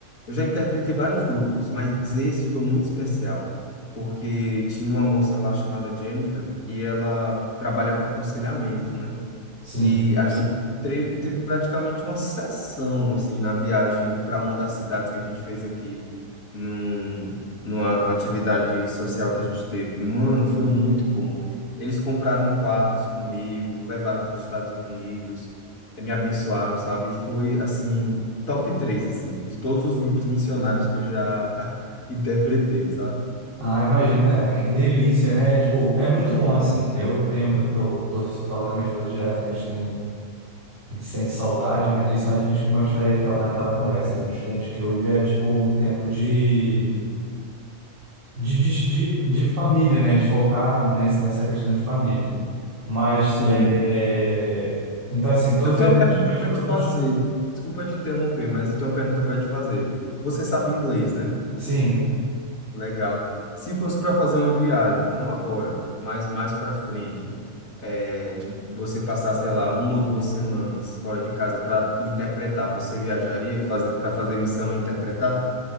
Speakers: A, on the left; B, on the right.
A: Eu já interpretei vários grupos, mas esse foi muito especial, porque tinha uma moça lá chamada Jennifer e ela trabalha com aconselhamento, né?
B: sim.
A: E a gente teve, teve praticamente uma sessão assim na viagem para uma das cidades que a gente fez aqui, num, numa atividade social que a gente teve. Mano, foi muito bom. Eles compraram quadros comigo, levaram para os Estados Unidos, eh, me abençoaram, sabe? Foi assim, top três assim, de todos os grupos missionários que eu já <laughs> interpretei, sabe?
B: Ah, imagino, cara, que delícia, né? Tipo, é muito bom assim. Eu tenho, eu tô, tô falando com a minha esposa direto que a gente tem, a gente sente saudade, né, disso, mas a gente, como eu te falei aquela- naquela conversa, a gente entende que hoje é tipo um tempo de, de, de, de, de família, né? De focar nesse, nessa questão de família. Mas,
A: Sim,
B: é... então assim, todos
A: Eu tenho
B: aí
A: uma
B: praticamente
A: pergunta para
B: foram
A: te fazer.
B: pros...
A: Desculpa te interromper, mas eu tenho uma pergunta para te fazer. Você sabe inglês, né?
B: Sim,
A: Legal. Se fosse para fazer uma viagem, não agora, mas mais para frente, é, de você passar, sei lá, uma ou duas semanas fora de casa para interpretar, você viajaria fazer para fazer missão e interpretar?